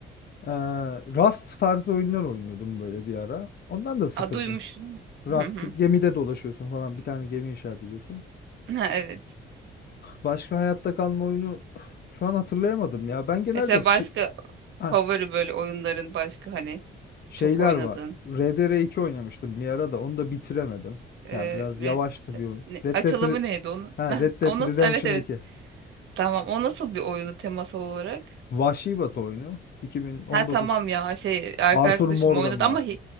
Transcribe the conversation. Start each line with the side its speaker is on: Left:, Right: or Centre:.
Left: Ee, Raft tarzı oyunlar oynuyordum böyle bir ara. Ondan da sıkıldım.
Right: A, duymuştum.
Left: Raft
Right: Hı hı.
Left: gemide dolaşıyorsun falan bir tane gemi inşaat ediyorsun.
Right: Ha, evet.
Left: Başka hayatta kalma oyunu şu an hatırlayamadım ya. Ben genelde
Right: Mesela
Left: şi...
Right: başka
Left: Ha,
Right: favori böyle oyunların başka hani
Left: Şeyler
Right: çok oynadığın
Left: var. rdr iki oynamıştım bir ara da onu da bitiremedim.
Right: e,
Left: Ya biraz
Right: Red-
Left: yavaştı bir oyun.
Right: ne-
Left: Red
Right: açılımı
Left: Dead, Re-
Right: neydi onun?
Left: ha,
Right: <laughs>
Left: Red Dead
Right: O nasıl?
Left: Redemption
Right: Evet evet.
Left: iki.
Right: Tamam. O nasıl bir oyunu temasal olarak?
Left: Vahşi Batı oyunu. 2019.
Right: Ha tamam ya şey erkek
Left: Arthur
Right: arkadaşım
Left: Morgan
Right: oynadı
Left: var.
Right: ama hi-